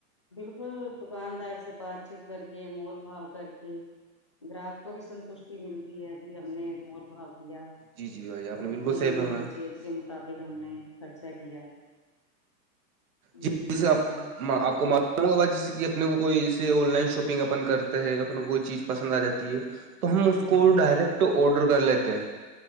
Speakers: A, on the left; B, on the right.
A: بالکل دکاندار سے بات چیت کر کے مول بھاؤ کر کے گراہک کو بھی سنتوشٹی ملتی ہے پ ہم نے مول بھاگ لیا
B: جی جی باجی آپ
A: تو
B: نے
A: اپنےے
B: بالکل صحیح فرمایا
A: کے مطابق ہم نے خرچہ کیا
B: ج
A: یہ بھی ہو
B: جسےپ
A: جاتا ہے
B: آپ کو مار ل ب جیسے کہ اپنے کو کوئی جیسے آن لائن شاپنگ اپن کرتا ہے اپنے کو کوئی چیز پسند آ جاتی ہے تو ہم اس
A: ہاں
B: کو
A: جی
B: ڈائریکٹ آڈر کر لیتے ہیں